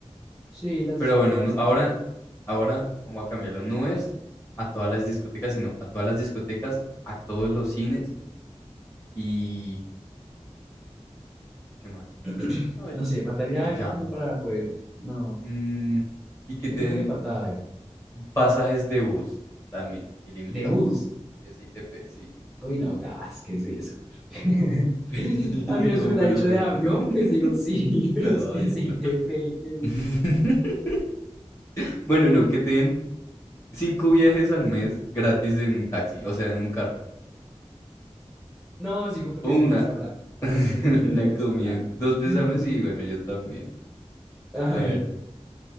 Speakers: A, in the centre; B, on the left.
A: Sí, las
B: Pero
A: discotecas.
B: bueno, nu- ahora,
A: No, No
B: ahora vamos a cambiarlo. No es a todas las discotecas, sino a todas las discotecas, a todos los cines y... ¿Qué más?
A: <clears throat>
B: No, y-
A: No sé, faltaría
B: y
A: algo
B: ya.
A: como para poder. No,
B: Mm, y que
A: siento
B: te den
A: que le falta algo.
B: pasajes de bus también, ilimitados.
A: De bus.
B: De S I T p sí.
A: Uy, no, gas, ¿qué es eso? <laughs>
B: <laughs>
A: Al menos
B: No,
A: si hubiera
B: pero
A: dicho
B: pues...
A: de avión,
B: <laughs>
A: pues digo sí, <laughs> pero
B: No,
A: es
B: todavía
A: que se
B: no.
A: te que dice.
B: <laughs> Bueno, no, que te den cinco viajes al mes gratis en taxi, o sea, en un carro.
A: No, sigo prefiriendo
B: O una,
A: el restaurante. No,
B: <laughs>
A: sigo prefiriendo
B: una
A: el restaurante.
B: comida en- dos veces
A: <laughs>
B: al mes y bueno, yo también.
A: A
B: A
A: ver.
B: ver,